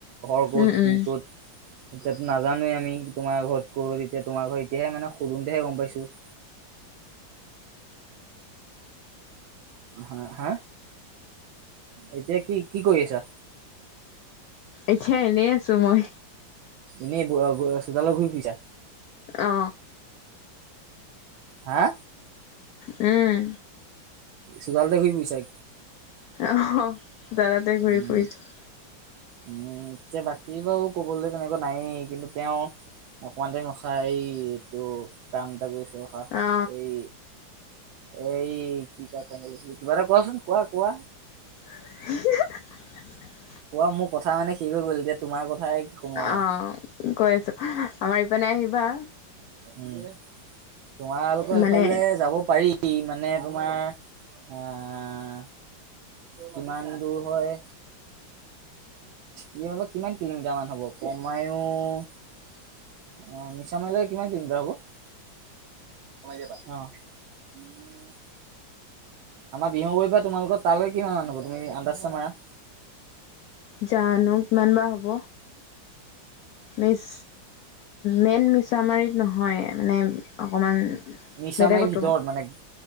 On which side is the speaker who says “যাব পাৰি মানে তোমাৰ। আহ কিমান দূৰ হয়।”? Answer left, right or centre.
Right